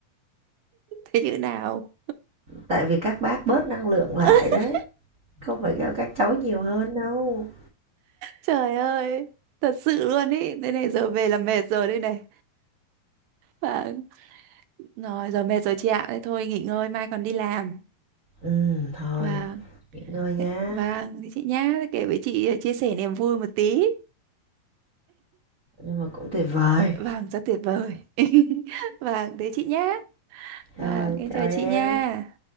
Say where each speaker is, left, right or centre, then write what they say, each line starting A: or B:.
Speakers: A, on the right (about 85°); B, on the right (about 55°).
A: Thế chữ nào?
B: tại vì các bác bớt năng lượng lại
A: <laughs>
B: đấy, không phải kêu các cháu nhiều hơn đâu.
A: Trời ơi, thật sự luôn ý, thế này giờ về là mệt rồi đây này. Và Rồi, giờ mệt rồi chị ạ. Thế thôi nghỉ ngơi, mai còn đi làm.
B: Ừm, thôi,
A: Vâng,
B: nghỉ ngơi nha,
A: vâng, thế chị nhá, kể với chị ờ, chia sẻ niềm vui một tí.
B: nhưng mà cũng tuyệt vời.
A: Vâng, rất tuyệt vời. <laughs> Vâng, thế chị nhá.
B: Rồi,
A: Vâng, em
B: chào
A: chào
B: em.
A: chị nha.